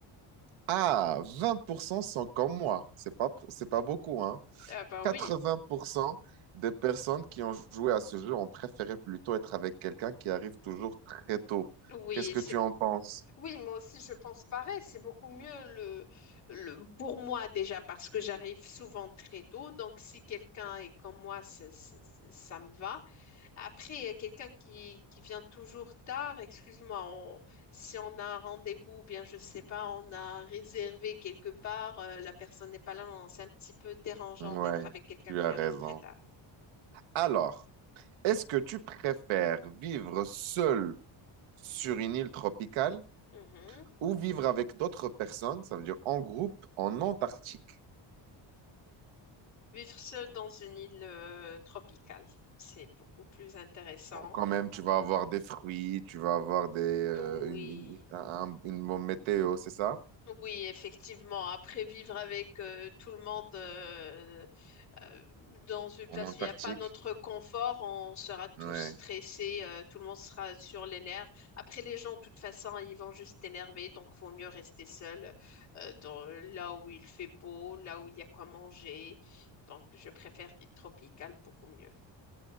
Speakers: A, on the right; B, on the left.
A: ah, 20%, sont comme moi. C'est pas, c'est pas beaucoup, hein?
B: Ah ben
A: 80%
B: oui,
A: des personnes qui ont joué à ce jeu ont préféré plutôt être avec quelqu'un qui arrive toujours très tôt.
B: oui,
A: Qu'est-ce que
B: c'est
A: tu
B: bon.
A: en penses?
B: Oui, moi aussi, je pense pareil. C'est beaucoup mieux le, le, pour moi déjà parce que j'arrive souvent très tôt. Donc, si quelqu'un est comme moi, c'est- c'est- c'est- ça me va. Après, euh, quelqu'un qui, qui vient toujours tard, excuse-moi, on- si on a un rendez-vous, ou bien je sais pas, on a réservé quelque part, euh, la personne n'est pas là, non, c'est un petit peu dérangeant
A: Ouais,
B: d'être avec quelqu'un
A: tu
B: qui
A: as
B: arrive
A: raison.
B: très tard.
A: Alors, est-ce que tu préfères vivre seul sur une île tropicale
B: Mhm.
A: ou vivre avec d'autres personnes, ça veut dire en groupe, en Antarctique?
B: Vivre seul dans une île, euh, tropicale, c'est beaucoup plus intéressant.
A: Bon, Quand même, tu vas avoir des fruits, tu vas avoir des, euh,
B: Oui.
A: une, une- un- une bonne météo, c'est ça?
B: Oui, effectivement. Après, vivre avec euh, tout le monde euh, euh, dans une place
A: En Antarctique?
B: où il n'y a pas notre confort, on sera tous
A: Ouais.
B: stressés, euh, tout le monde sera sur les nerfs. Après, les gens, de toute façon, ils vont juste t'énerver, donc vaut mieux rester seul euh, dans, là où il fait beau, là où il y a quoi manger. Donc, je préfère île tropicale beaucoup mieux.